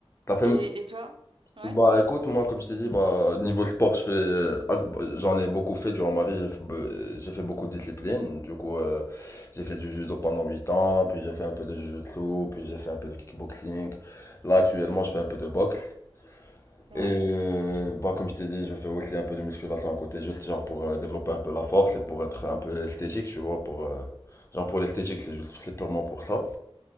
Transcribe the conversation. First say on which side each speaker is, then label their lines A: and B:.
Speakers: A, on the left; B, on the right.
A: T'as fait,
B: et, et toi? Ouais,
A: Bah écoute, moi comme je t'ai dit, bah niveau sport, je fais, euh, ah, bah, j'en ai beaucoup fait durant ma vie, j'ai fait, euh, j'ai fait beaucoup de disciplines, du coup euh, j'ai fait du judo pendant 8 ans, puis j'ai fait un peu de jujutsu, puis j'ai fait un peu de kickboxing, là actuellement je fais un peu de boxe,
B: ouais,
A: et euh, bah comme je t'ai dit, je fais aussi un peu de musculation à côté, juste genre pour euh, développer un peu la force et pour être un peu esthétique, tu vois, pour, euh, genre pour l'esthétique, c'est juste, c'est purement pour ça.